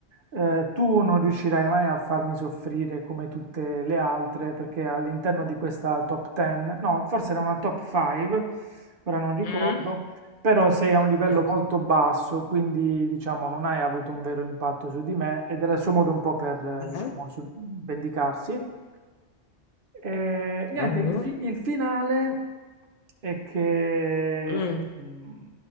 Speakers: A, on the right (about 50°); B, on the left (about 60°).
A: eh, tu non riuscirai mai a farmi soffrire come tutte le altre perché all'interno di questa top 10, no, forse era una top 5, ora non ricordo,
B: Mh.
A: però sei a un livello
B: Ah.
A: molto basso, quindi diciamo non hai avuto un vero impatto su di me ed era il suo modo un po' per, eh,
B: Ah-ah.
A: diciamo, su- vendicarsi. E, niente,
B: Ah-ah.
A: il, fi- il finale è che,
B: Mh.
A: mh,